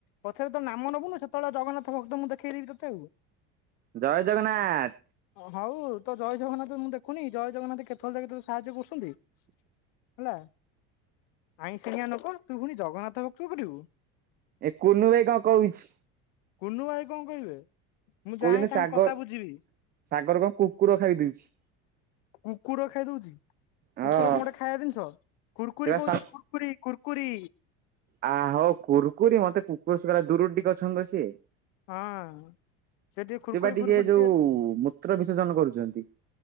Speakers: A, on the left (about 70°); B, on the right (about 30°).
A: ପଛରେ ତ ନାମ ନବୁନୁ ସେତେବେଳେ ଜଗନ୍ନାଥ ଭକ୍ତ ମୁଁ ଦେଖେଇଦେବି ତତେ ଆଉ।
B: ଜୟ ଜଗନ୍ନାଥ।
A: ହଉ ତ ଜୟ ଜଗନ୍ନାଥ ମୁଁ ଦେଖୁନି ଜୟ ଜଗନ୍ନାଥ କେତଳେ ଯାଇକି ତତେ ସାହାଯ୍ୟ କରୁଛନ୍ତି। ହେଲା ଆଇଁ ସିଣିଆ ଲୋକ ତୁ ପୁଣି ଜଗନ୍ନାଥ ଭକ୍ତ କରିବୁ।
B: ଏ କୁନୁ ବାଇ କଣ କହୁଛି।
A: କୁନୁ ଭାଇ କଣ କହିବେ। ମୁଁ
B: କୋଉ
A: ଯାଏଁ
B: ଚନୀ
A: ତାଙ୍କ
B: ସାଗର
A: କଥା ବୁଝିବି
B: ସାଗର କଣ କୁକୁର ଖାଇଦଉଚି।
A: କୁକୁର ଖାଇ ଦଉଛି।
B: ହଁ
A: କୁକୁର କଣ ଗୋଟେ ଖାଇବା ଜିନିଷ, କୁର୍କୁରି
B: ସେ ବା
A: କହୁଚନ୍ତି କୁର୍କୁରି କୁର୍କୁରି।
B: ଆ ହୋଉ କୁରୁକୁରି ମତେ କୁକୁର ସୁଗଲା ଦୁରୁରୁ ଟିକେ ଅଛନ୍ତି ତ ସିଏ।
A: ହଁ ଟିକେ କୁୁରକୁରି
B: ସେ ବା ଟିକେ
A: ଫୁୁରକୁରି
B: ଯୋଉ ମୂତ୍ର ବିସର୍ଜନ କରୁଚନ୍ତି।